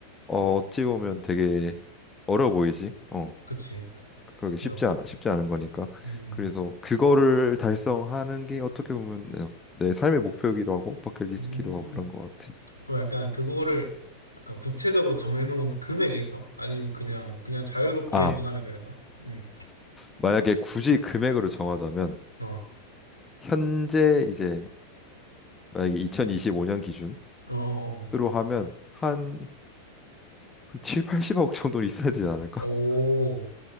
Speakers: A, on the left (about 15°); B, on the left (about 85°).
A: 어찌 보면 되게 어려 보이지? 어,
B: 그치.
A: 그게 쉽지,
B: 어렵지.
A: 않, 쉽지 않은 거니까.
B: 음.
A: 그래서 그거를 달성하는 게 어떻게 보면 내 삶의 목표이기도 하고 버킷리스트기도
B: 음.
A: 하고 그런 것 같아.
B: 그럼 약간 그거를 약간 구체적으로 정해놓은 금액이 있어? 아니면 그냥 그냥 자유롭게
A: 아,
B: 하면 하면 되는 거야? 응.
A: 만약에 굳이 금액으로 정하자면
B: 어.
A: 현재 이제 만약에 2025년 기준으로
B: 어, 어,
A: 하면 한, 한 7, 80억 정도는 있어야 되지 않을까?
B: 어. 오.
A: <laughs>